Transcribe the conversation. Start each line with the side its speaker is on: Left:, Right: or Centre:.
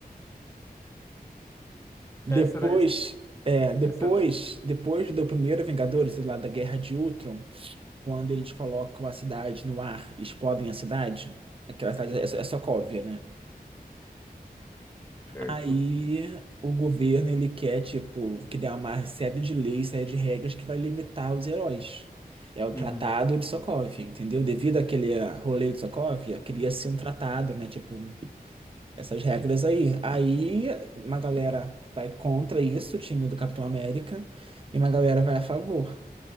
Right: Depois,
Left: Essa era, a res-
Right: é, depois,
Left: essa era
Right: depois do primeiro Vingadores, do lado da Guerra de Ultron, quando eles colocam a cidade no ar, e explodem a cidade, aquela cidade é, So- é Sokovia, né?
Left: certo.
Right: Aí o governo ele quer tipo criar uma série de leis, série de regras que vai limitar os heróis. É o
Left: Uhum.
Right: Tratado de Sokovia, entendeu? Devido àquele ah, rolê de Sokovia, queria ser um tratado, né? Tipo um essas regras aí. Aí uma galera vai contra isso, o time do Capitão América, e uma galera vai a favor,